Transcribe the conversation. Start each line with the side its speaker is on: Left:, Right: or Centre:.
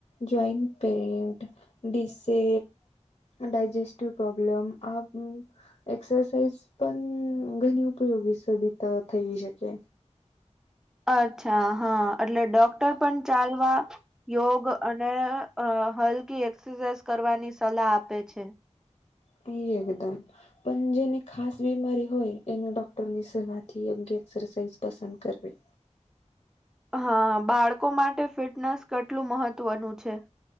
Left: જોઈન્ટ પેન્ટન્ટ ડીસે ડાયજેસ્ટિવ પ્રોબ્લેમ આવુ એક્સરસાઇઝ પણ ઘણી ઉપયોગી સબિતા થઈ શકે
Centre: અચ્છા હા એટલે ડોક્ટર પણ ચાલવા યોગ અને અ હલકી એક્સરસાઇઝ કરવાની સલાહ આપે છે.
Left: થી એકદમ પણ જેની ખાસ બીમારી હોય એને ડૉક્ટરની સલાહથી યોગ્ય એક્સરસાઇઝ પસંદ કરવી
Centre: હા બાળકો માટે ફિટનેસ કેટલું મહત્વનું છે.